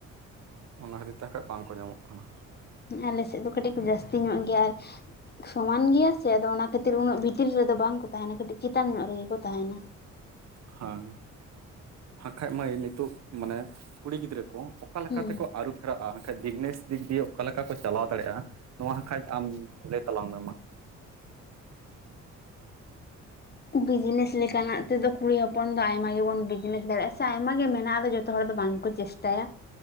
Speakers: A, on the right; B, on the left.
A: ᱚᱱᱟ ᱠᱷᱟᱹᱛᱤᱨ ᱛᱮᱜᱮ ᱠᱷᱟᱡ ᱵᱟᱝᱠᱚ ᱧᱟᱢᱚᱜ ᱠᱟᱱᱟ
B: ᱟᱞᱮᱥᱮᱫ ᱫᱚ ᱠᱟᱹᱴᱤᱡ ᱠᱚ ᱡᱟᱹᱥᱛᱤ ᱧᱚᱜ ᱜᱮᱭᱟ ᱥᱚᱢᱟᱱ ᱜᱮᱭᱟ ᱥᱮ ᱟᱫᱚ ᱚᱱᱟ ᱠᱷᱟᱹᱛᱤᱨ ᱩᱱᱟᱹᱜ ᱵᱷᱤ ᱵᱷᱤᱛᱤᱨ ᱨᱮᱫᱚ ᱵᱟᱝ ᱠᱚ ᱛᱟᱦᱮᱸᱱᱼᱟ ᱠᱟᱹᱴᱤᱡ ᱪᱮᱛᱟᱱ ᱧᱚᱜ ᱨᱮᱜᱮ ᱠᱚ ᱛᱟᱦᱮᱸᱱᱼᱟ,
A: ᱦᱮᱸ ᱦᱟᱜᱼᱠᱷᱟᱡ ᱢᱟᱹᱭ ᱱᱤᱛᱚᱜ ᱢᱟᱱᱮ ᱠᱩᱲᱤ ᱜᱤᱫᱽᱨᱟᱹ ᱠᱚ ᱚᱠᱟ ᱞᱮᱠᱟ
B: ᱦᱩᱸ
A: ᱛᱮ ᱠᱚ ᱟᱹᱨᱩ ᱯᱷᱮᱨᱟᱜᱼᱟ ᱠᱷᱟᱡ ᱵᱤᱡᱱᱮᱥ ᱫᱤᱠ ᱫᱤᱭᱮ ᱚᱠᱟ ᱞᱮᱠᱟ ᱠᱚ ᱪᱟᱞᱟᱣ ᱫᱟᱲᱮᱭᱟᱜᱼᱟ ᱱᱚᱣᱟ ᱠᱷᱟᱡ ᱟᱢ ᱞᱟᱹᱭ ᱛᱟᱞᱟᱝ ᱢᱮ ᱢᱟ?
B: ᱵᱤᱡᱽᱱᱮᱥ ᱞᱮᱠᱟᱱᱟᱜ ᱛᱮᱫᱚ ᱠᱩᱲᱤ ᱦᱚᱯᱚᱱ ᱫᱚ ᱟᱭᱢᱟ ᱜᱮᱵᱚᱱ ᱵᱤᱡᱱᱮᱥ ᱫᱟᱲᱮᱭᱟᱜᱼᱟ ᱥᱮ ᱟᱭᱢᱟ ᱜᱮ ᱢᱮᱱᱟᱜᱼᱟ ᱡᱚᱛᱚ ᱡᱚᱛᱚ ᱦᱚᱲ ᱫᱚ ᱵᱟᱝ ᱠᱚ ᱪᱮᱥᱴᱟᱼᱭᱟ